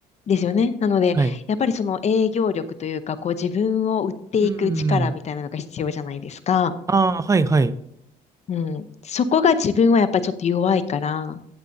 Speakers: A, on the left (about 40°); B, on the right (about 20°).
A: ですよね。なので、
B: はい。
A: やっぱりその営業力というか、こう自分を売っていく力みたいなのが必要じゃないですか。
B: うーん。ああ、はい、はい。
A: うん。そこが自分はやっぱりちょっと弱いから、